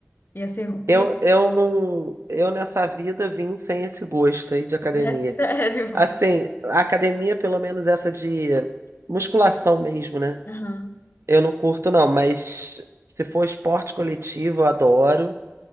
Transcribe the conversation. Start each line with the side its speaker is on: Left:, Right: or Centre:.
Left: Ia ser o pior,
Right: Eu, eu não, eu nessa vida vim sem esse gosto aí de academia.
Left: né? <laughs> Sério.
Right: Assim, a academia, pelo menos essa de musculação mesmo, né?
Left: Aham.
Right: Eu não curto não, mas se for esporte coletivo, eu adoro.